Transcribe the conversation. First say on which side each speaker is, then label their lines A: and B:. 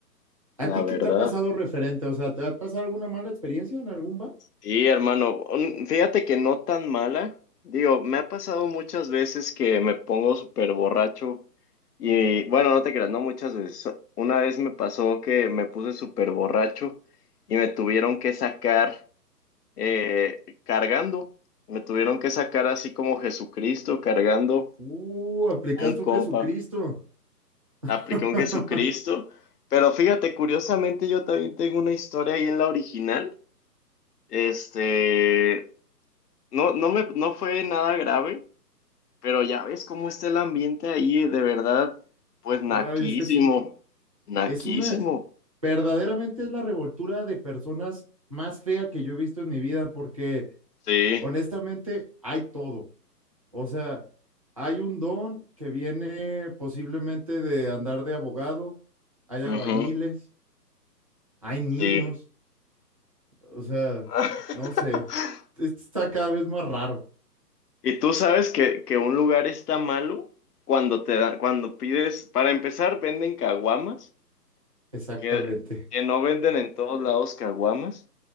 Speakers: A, on the left; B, on the right.
A: La
B: ¿A ti
A: verdad.
B: qué te ha pasado referente? O sea, ¿te ha pasado alguna mala experiencia en algún bar?
A: Sí, hermano, un- fíjate que no tan mala. Digo, me ha pasado muchas veces que me pongo súper borracho y bueno, no te creas, no muchas veces. So- Una vez me pasó que me puse súper borracho y me tuvieron que sacar eh, cargando. Me tuvieron que sacar así como Jesucristo cargando
B: Uh, aplicaste
A: un compa.
B: un Jesucristo.
A: apliqué
B: <laughs>
A: un Jesucristo. Pero fíjate, curiosamente yo también tengo una historia ahí en la original. Este, no, no me, no fue nada grave, pero ya ves cómo está el ambiente ahí, de verdad, pues naquísimo,
B: Ay, es que es, un-
A: naquísimo.
B: es una, verdaderamente es la revoltura de personas más fea que yo he visto en mi vida, porque
A: Sí,
B: honestamente hay todo. O sea, hay un don que viene posiblemente de andar de abogado, hay albañiles,
A: ujú,
B: hay niños,
A: sí.
B: o sea,
A: <laughs>
B: no sé, esto está cada vez más raro.
A: Y tú sabes que, que un lugar está malo cuando te da, cuando pides, para empezar, venden caguamas.
B: Exactamente,
A: que, que no venden en todos lados caguamas,